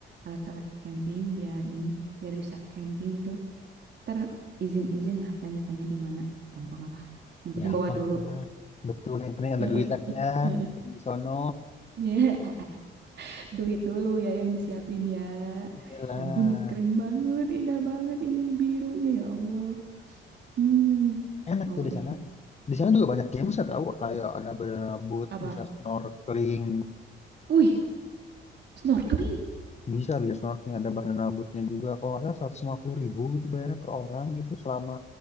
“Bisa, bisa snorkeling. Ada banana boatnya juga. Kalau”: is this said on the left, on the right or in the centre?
Left